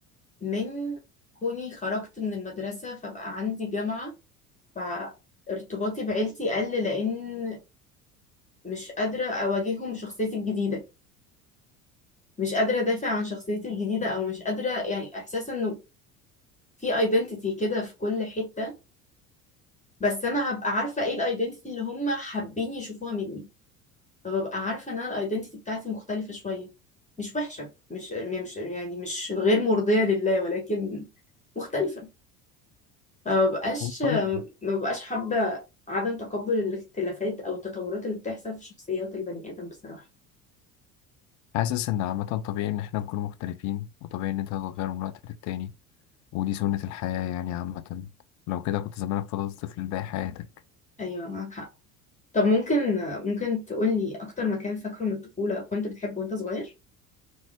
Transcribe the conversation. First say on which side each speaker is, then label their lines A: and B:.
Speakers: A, on the left; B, on the left.
A: من كوني خرجت من المدرسه فبقى عندي جامعه فارتباطي بعيلتي قل لان مش قادره اواجههم بشخصيتي الجديده مش قادره ادافع عن شخصيتي الجديده او مش قادره يعني احساس انه في ايدنتيتي كده في كل حته بس انا هبقى عارفه ايه الايدنتيتي اللي هم حابين يشوفوها مني فببقى عارفة ان انا الايدنتي بتاعتي مختلفة شوية مش وحشة مش مش يعني مش غير مرضية لله ولكن مختلفة فمبقاش
B: طبيعي
A: مبقاش حابة عدم تقبل الاختلافات او التطورات اللي بتحصل في شخصيات البني ادم بصراحة
B: حاسس إن عامة طبيعي إن إحنا نكون مختلفين وطبيعي إن أنت تتغير من وقت للتاني ودي سنة الحياة يعني عامة لو كده كنت زمانك فضلت طفل باقي حياتك
A: ايوه معاك حق طب ممكن ممكن تقولي اكتر مكان فاكره من الطفولة كنت بتحبه وانت صغير؟